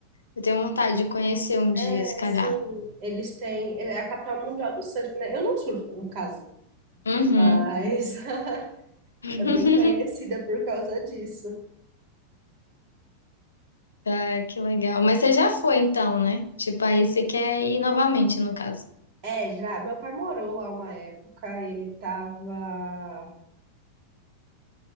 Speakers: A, on the left (about 75°); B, on the right (about 45°).
A: Eu tenho vontade de conhecer um dia,
B: É,
A: se calhar.
B: sim, eles têm. É a capital mundial do surf, né? Eu não surfo, no caso,
A: Uhum.
B: mas <laughs>
A: <laughs>
B: é bem conhecida por causa disso.
A: Ah, que legal. Mas você já foi então, né? Tipo, aí você quer ir novamente, no caso.
B: É, já. Meu pai morou lá uma época, ele tava.